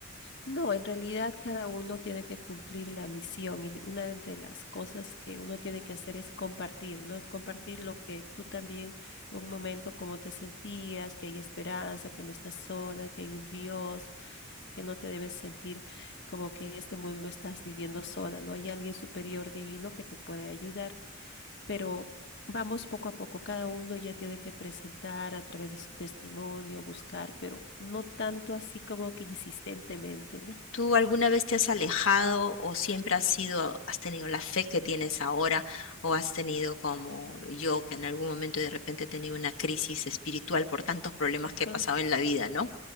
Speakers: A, on the left; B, on the left.
A: No, en realidad cada uno tiene que cumplir la misión y una de las cosas que uno tiene que hacer es compartir, ¿no? Compartir lo que tú también en un momento cómo te sentías, que hay esperanza, que no estás sola, que hay un Dios, que no te debes sentir como que en este mundo no estás viviendo sola, ¿no? Hay alguien superior divino que te puede ayudar, pero Vamos poco a poco, cada uno ya tiene que presentar a través de su testimonio, buscar, pero no tanto así como que insistentemente, ¿no?
B: ¿Tú alguna vez te has alejado o siempre has sido, has tenido la fe que tienes ahora o has tenido como yo que en algún momento de repente he tenido una crisis espiritual por tantos problemas
A: Ajá.
B: que he pasado en la vida, ¿no?